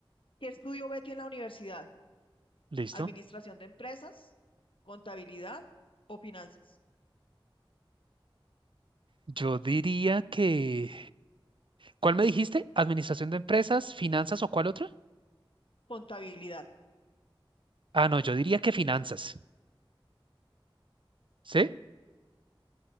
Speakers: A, on the left; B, on the right.
A: ¿qué estudió Betty en la universidad?
B: ¿Listo?
A: ¿Administración de empresas, contabilidad o finanzas?
B: Yo diría que... ¿Cuál me dijiste? ¿Administración de empresas, finanzas o cuál otra?
A: Contabilidad.
B: Ah, no, yo diría que finanzas. ¿Sí?